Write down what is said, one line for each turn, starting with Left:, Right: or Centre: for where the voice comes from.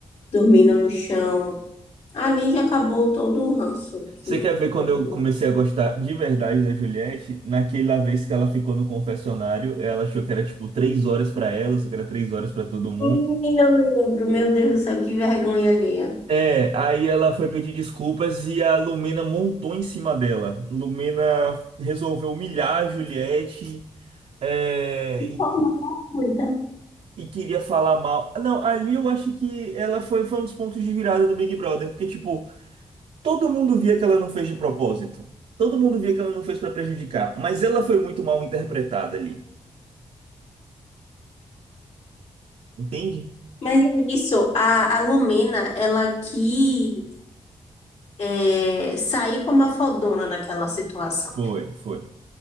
Left: dormindo no chão. Ali já acabou todo o ranço que
Right: Você quer ver quando
Left: eu pude.
Right: eu comecei a gostar de verdade da Juliette? Naquela vez que ela ficou no confessionário, ela achou que era tipo três horas pra ela, só que era três horas pra todo mundo.
Left: Ih, Eu lembro, meu Deus do céu, que vergonha alheia.
Right: É, aí ela foi pedir desculpas e a Lumena montou em cima dela. Lumena resolveu humilhar a Juliette é,
Left: De
Right: e,
Left: Forma gratuita.
Right: e queria falar mal. Não, ali eu acho que ela foi, foi um dos pontos de virada do Big Brother, porque, tipo, todo mundo via que ela não fez de propósito. Todo mundo via que ela não fez pra prejudicar, mas ela foi muito mal interpretada ali. Entende?
Left: Mas é isso, a, a Lumena, ela quis é, sair como a fodona naquela situação.
Right: Foi, foi.